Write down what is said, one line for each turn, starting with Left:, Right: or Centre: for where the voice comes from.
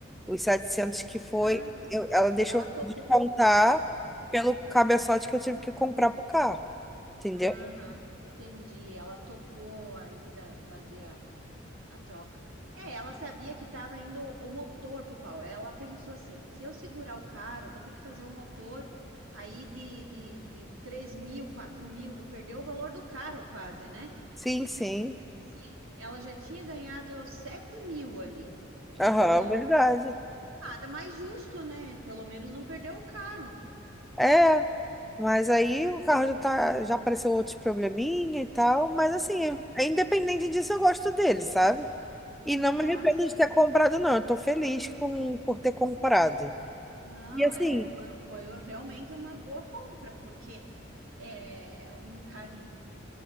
Centre: Os 700 que foi,
Right: Ah, tá.
Centre: eu- ela deixou
Right: Ela
Centre: eu
Right: topou.
Centre: descontar
Right: Ela to-
Centre: pelo cabeçote que eu tive que comprar pro carro, entendeu?
Right: Aham, entendi. Ela topou ainda fazer a, a troca. É, ela sabia que estava indo o motor pro pau. Ela pensou assim: se eu segurar o carro, vou ter que fazer um motor aí de, de, de três mil, quatro mil, vou perder o valor do carro quase, né?
Centre: Sim, sim.
Right: Sim. Ela já tinha ganhado sete mil ali.
Centre: Aham,
Right: Então,
Centre: verdade.
Right: nada mais justo, né? Pelo menos não perdeu o carro.
Centre: É, mas aí o carro já tá, já apareceu outros probleminha e tal, mas assim, é- é independente disso, eu gosto dele, sabe? E não
Right: Ah,
Centre: me arrependo
Right: sim.
Centre: de ter comprado, não. Eu tô feliz com, por ter comprado.
Right: Não,
Centre: E assim,
Right: é, foi, foi realmente uma boa compra, porque é, um carrinho